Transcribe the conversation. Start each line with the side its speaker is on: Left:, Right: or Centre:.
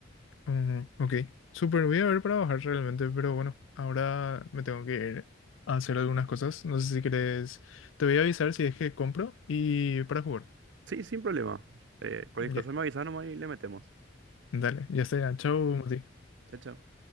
Left: mm, ok. Súper, voy a ver para bajar realmente, pero bueno, ahora me tengo que ir a hacer algunas cosas. No sé si querés. Te voy a avisar si es que compro y para jugar.
Right: Sí, sin problema. Eh, cualquier
Left: Ya,
Right: cosa me avisa nomás y le metemos.
Left: dale, ya está, ya. Chau, Mati.
Right: Chao, chao.